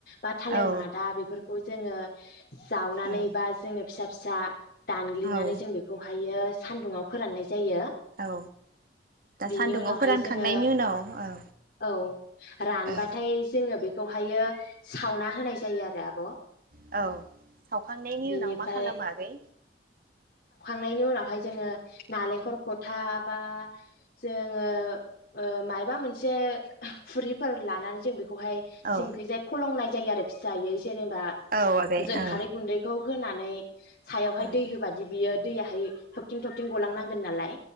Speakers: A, on the left (about 55°); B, on the right (about 55°).
A: बा थालिर
B: औ
A: मादा बेफोर जोङो जावनानै
B: औ
A: बा जोङो फिसा फिसा दानग्लिनानै
B: औ
A: जों बेखौहायो सान्दुंङाव फोराननाय जायो
B: औ दा
A: बेनि
B: सान्दुङाव
A: उनाव
B: फोरानखांनायनि
A: हाय जोङो
B: उनाव औ
A: औ रानबाथाय
B: औ
A: जोङो बे बेखौहायो सावना होनाय जायो आरो आब'
B: औ सावखांनायनि
A: बिनिफ्राय
B: उनाव मा खालामो आगै?
A: नायनि उनावहाय जोङो नालेंखर खथा बा जोङो ओ मायबा मोनसे खुरिफोर लानानै जों बे खौहाय
B: औ
A: सिंखैजाय फलंनाय नाय जायो आरो फिसायै जेनेबा
B: औ आगै
A: जों
B: औ
A: खारै गुन्दैखौ होनानै सायावहाय
B: ओं
A: दै होबादि बियो दैयाहाय थबथिं थबथिं गलांनांगोन नालाय